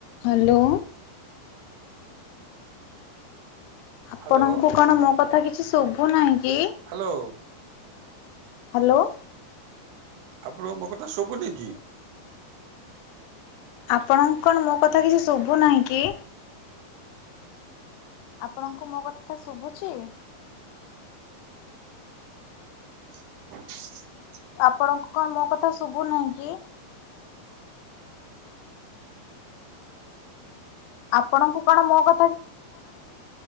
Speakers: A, on the left; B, on the right.
A: hello ଆପଣଙ୍କୁ
B: Hello
A: କଣ ମୋ କଥା କିଛି ଶୁଭୁ ନାହିଁ? କି?
B: Hello
A: hello.
B: ଆପଣଙ୍କ ମୋ କଥା ଶୁଭୁନି କିି?
A: ଆପଣ କଣ ମୋ କଥା କିଛି ଶୁଭୁ ନାହିଁ କି? ଆପଣଙ୍କୁ ମୋ କଥା ଟା ଶୁଭୁଚି?
B: ହ
A: ଆପଣଙ୍କୁ କଣ ମୋ କଥା ଶୁଭୁ ନାହିଁ କି? ଆପଣଙ୍କୁ କଣ ମୋ କ